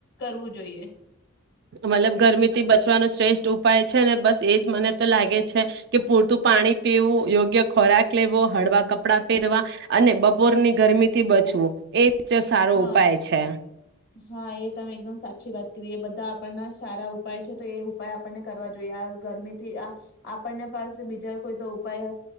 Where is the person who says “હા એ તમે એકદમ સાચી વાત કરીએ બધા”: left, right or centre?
Left